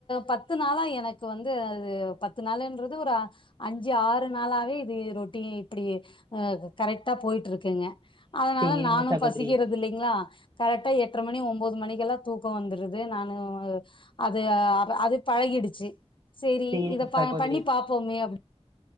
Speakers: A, on the left; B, on the right.
A: பத்து நாளா எனக்கு வந்து அது பத்து நாளுன்றது ஒரு ஆ அஞ்சு ஆறு நாளாவே இது எ ரொட்டி இப்பிடி ஆ கரெக்ட்டா போயிட்டுருக்குங்கா அதனால
B: சேரிங்க
A: நானு
B: சகோதரி
A: பசிக்கிறது இல்லிங்ளா கரெட்டா எட்ர மணி ஒம்போது மணிக்கெல்லா தூக்கோ வந்துருது நானு அது அது பழகிடுச்சு சேரி
B: சேரிங்க
A: இத ப
B: சகோதரி
A: பண்ணி பாப்போமே அப்